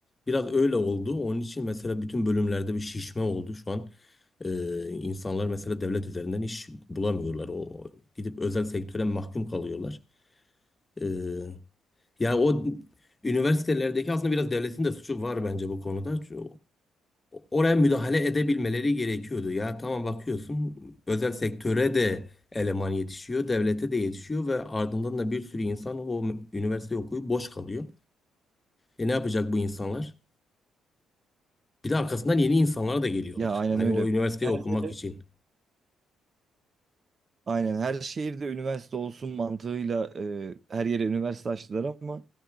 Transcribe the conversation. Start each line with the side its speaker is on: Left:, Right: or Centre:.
Left: biraz öyle oldu. Onun için mesela bütün bölümlerde bir şişme oldu şu an. Ee, insanlar mesela devlet üzerinden iş bulamıyorlar. O gidip özel sektöre mahkum kalıyorlar. Ee, yani o üniversitelerdeki aslında biraz devletin de suçu var bence bu konuda. Çünkü Oraya müdahale edebilmeleri gerekiyordu. Ya tamam bakıyorsun özel sektöre de eleman yetişiyor, devlete de yetişiyor ve ardından da bir sürü insan o üniversite okuyup boş kalıyor. E ne yapacak bu insanlar? Bir de arkasından yeni insanlar da geliyorlar.
Right: Ya aynen
Left: Hani
Right: öyle.
Left: o üniversiteyi
Right: Her
Left: okumak
Right: yere,
Left: için.
Right: aynen her şehirde üniversite olsun mantığıyla e, her yere üniversite açtılar ama